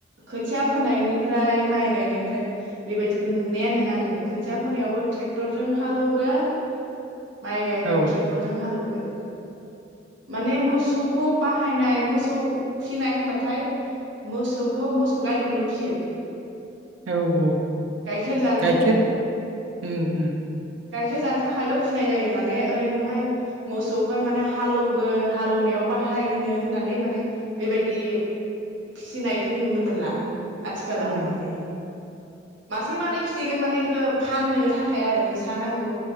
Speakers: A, on the right; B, on the right.
A: खोथिया फोनायनिफ्राय माइ गायनायनिफ्राय बेबायदिखौ नुनाया नङा नोङो खोथिया फोनायावबो ट्रेक्टरजों हाल ऐवगोन माइ गायनायाव
B: औ
A: ट्ररेकटरजीं हालेवगोन माने मोसौखौ बाहायनाय मोसौ फिनाय होनबाथाय मोसौखौ मोसौ गायखौल' फियो
B: औ औ
A: गाइखेर जानो
B: गाइखेर
A: थाखाय
B: उम उम
A: गाइखेर जानो थाखायल' फिनाय जायो। माने ओरैनोहाय मोसौखौहाय माने हालेगोन हालौनायाव बाहायनो होननानै माने बेबायदि फिनायखौ नुनो मोनला। आथिखालावहाय
B: उम,
A: माने मासे मानै मिथिगोन माने बेखौ फाननो थाखाय आरो फैसा नांगौ